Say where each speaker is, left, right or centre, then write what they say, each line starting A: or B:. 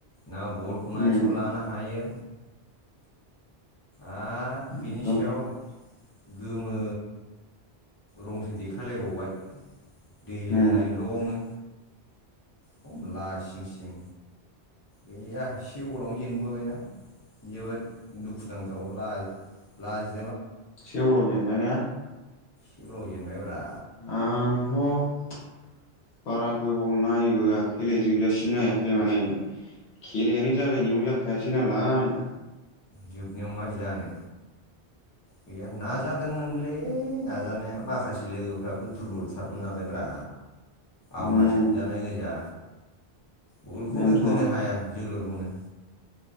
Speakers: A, on the left (about 25°); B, on the left (about 75°).
A: ना बलखौनो
B: उम
A: आइथिंआव लानो हायो। आर बिनि
B: एकदम
A: सायाव गोमो रंसो देखलायबावबाय दै लोंनायल'आवनो
B: उम
A: खम लासिंसिं गैया से गलावनो जेनबोबायना जोबोद दुखु नांथाव लाजि लाजि
B: से गलाव जेनबाय ना।
A: से गलाव जेनबायब्रा
B: आंथ' बारा गोबाव नायबोआ खैलै जोबजासिम नायाखै माने खेलायानो जागायनायावनो जाखायासै नालाय
A: जोबनायाव मा जानो गैया नाजादोंमोनलै नाजानाया माखासे लोगोफ्राबो दुरबलथारमोन नालाय ब्रा आवमाय
B: उम
A: सोबजानाय गोजा। बगलखौनो
B: बेनोथ'
A: होनो हाया जोलुरखौनो